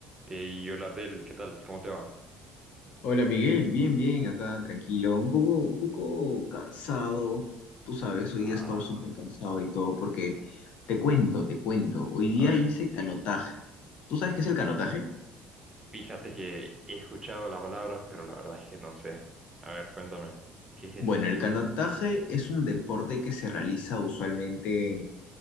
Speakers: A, on the right; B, on the left.
A: Hey, hola Abdel, ¿qué tal? ¿Cómo te va?
B: Hola Miguel, bien, bien, acá tranquilo, un poco, un poco cansado, tú sabes, hoy
A: Ah,
B: día he estado súper cansado y todo, porque te cuento, te cuento, hoy día
A: a ver,
B: hice canotaje. ¿Tú sabes qué es el canotaje?
A: fíjate que he escuchado la palabra, pero la verdad es que no sé. A ver, cuéntame, ¿qué es
B: Bueno,
A: eso?
B: el canotaje es un deporte que se realiza usualmente